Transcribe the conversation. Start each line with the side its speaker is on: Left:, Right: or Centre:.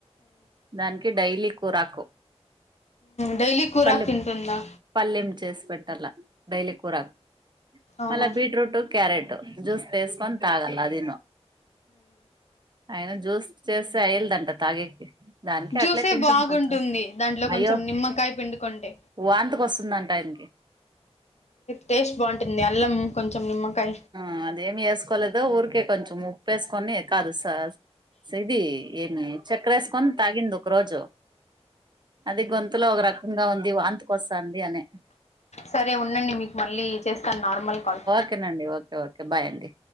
Right: దానికి డైలీ కూరాకు
Left: డైలీ కూరాకు
Right: పలెం
Left: తింటుందా
Right: పల్లెం చేసి పెట్టాల డైలీ కూరాకు
Left: ఆహా
Right: మళ బీట్రూట్ క్యారెట్ జ్యూస్ చేసుకొని తాగాల అదిను అయిన జ్యూస్ చేస్తే అయ్యలదంట తాగేకి దానికి
Left: జ్యూసే
Right: అట్లే తింటుంది
Left: బాగుంటుంది
Right: కొంచెం
Left: దాంట్లో
Right: అయ్యో
Left: కొంచెం నిమ్మకాయ పిండుకుంటే
Right: వాంతికి వస్తుందంట ఆయనకి
Left: టేస్ట్ బాగుంటుంది అల్లం కొంచెం నిమ్మకాయ
Right: ఆ అదేమి వేసుకోలేదో ఊరికే కొంచెం ఉప్పేసుకొని కాదు స ఇది ఏమి చెక్కర వేసుకొని తాగింది ఒక రోజు అది గొంతులో ఒక రకంగా ఉంది వాంతకి వస్తాంది అని
Left: సరే ఉండండి మీకు మళ్ళీ చేస్తాను నార్మల్ కాల్
Right: ఓకేనండిఓకే ఓకే బాయ్ అండి